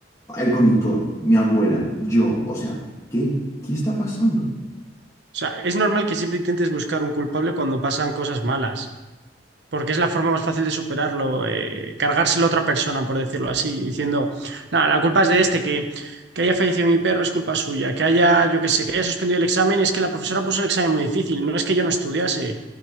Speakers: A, on the left; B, on the right.
A: el conductor, mi abuela, yo, o sea, ¿qué, qué está pasando? <sighs>
B: sea, es normal que siempre intentes buscar un culpable cuando pasan cosas malas. porque es la forma más fácil de superarlo, eh, cargárselo a otra persona, por decirlo así, diciendo, nada, la culpa es de este, que, que haya fallecido mi perro es culpa suya, que haya, yo qué sé, que haya suspendido el examen, es que la profesora puso el examen muy difícil, no es que yo no estudiase,